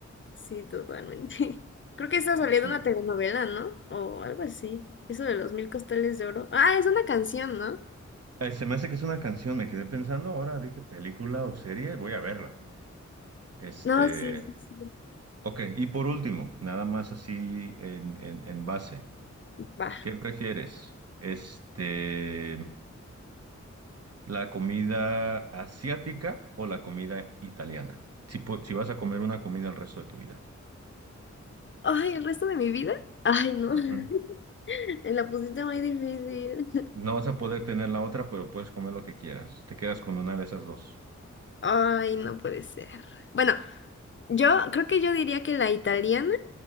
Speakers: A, on the left; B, on the right.
A: Sí, totalmente. <laughs> Creo que está
B: Qué
A: saliendo
B: chido.
A: una telenovela, ¿no? O algo así. Eso de los mil costales de oro. Ah, es una canción, ¿no?
B: Eh, se me hace que es una canción, me quedé pensando, ahora dije película o serie, voy a verla. Este,
A: No, sí, sí, sí.
B: ok, y por último, nada más así en, en, en base,
A: Va.
B: ¿qué prefieres? Este... ¿La comida asiática o la comida italiana? Si, pu- si vas a comer una comida el resto de tu vida.
A: Ay, el resto de mi vida. Ay, no.
B: Ujú.
A: <laughs> Me la pusiste muy difícil.
B: No vas a poder tener la otra, pero puedes comer lo que quieras. Te quedas con una de esas dos.
A: <laughs> Ay, no puede ser. Bueno, yo creo que yo diría que la italiana